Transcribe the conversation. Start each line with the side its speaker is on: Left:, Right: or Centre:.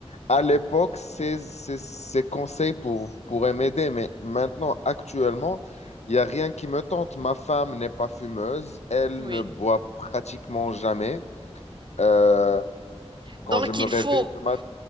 Left: à l'époque, ces, ces- ces conseils pour, pourraient m'aider, mais maintenant, actuellement, il n'y a rien qui me tente. Ma femme n'est pas fumeuse, elle
Right: oui.
Left: ne boit pratiquement jamais. Euh,
Right: Donc
Left: quand je me
Right: il
Left: réveille
Right: faut
Left: le matin.